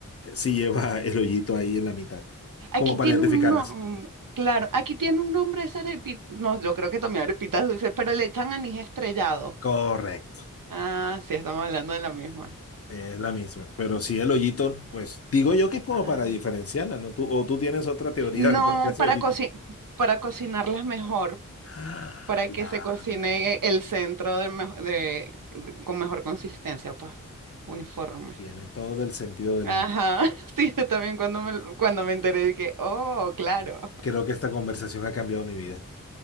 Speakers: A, on the left (about 45°); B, on the right (about 75°).
A: Si lleva el hoyito ahí en la mitad, como
B: Aquí tiene
A: para identificarlas.
B: un nombre, claro, aquí tiene un nombre esa arepita, no, yo creo que también arepitas dulces, pero le echan anís estrellado.
A: Correcto.
B: Ah, sí, estamos hablando de la misma.
A: eh, Es la misma. Pero sí, el hoyito, pues digo yo que es como
B: Ah,
A: para diferenciarla, ¿no? Tú, o tú tienes otra teoría
B: No,
A: del por qué hace
B: para
A: hoyito.
B: coci- para cocinarlas mejor,
A: Ah,
B: para
A: La...
B: que se cocine el centro de, mejo- de- de- con mejor consistencia, pues, uniforme.
A: Tiene todo el sentido del
B: Ajá,
A: mundo.
B: <laughs> sí, yo también cuando me, lo- cuando me enteré dije, oh, claro.
A: Creo que esta conversación ha cambiado mi vida.